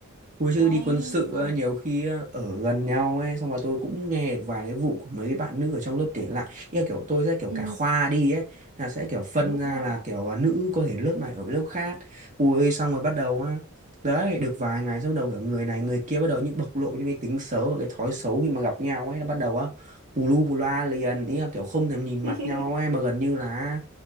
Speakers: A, on the right (about 35°); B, on the right (about 75°).
A: Ôi chứ
B: cái
A: đi quân sự
B: sao
A: á, nhiều khi á, ở gần nhau ấy xong rồi tôi cũng nghe được vài cái vụ của mấy cái bạn nữ ở trong lớp kể lại như là kiểu tôi sẽ kiểu cả
B: ừ,
A: khoa đi ấy là sẽ kiểu phân
B: đúng
A: ra
B: rồi
A: là kiểu à, nữ có thể lớp này ở với lớp khác ui xong rồi bắt đầu á đấy được vài ngày xong bắt đầu kiểu người này người kia bắt đầu những bộc lộ những cái tính xấu và cái thói xấu khi mà gặp nhau ấy nó bắt đầu á bù lu bù loa liền ý là kiểu không thèm nhìn mặt
B: <laughs>
A: nhau ấy mà gần như là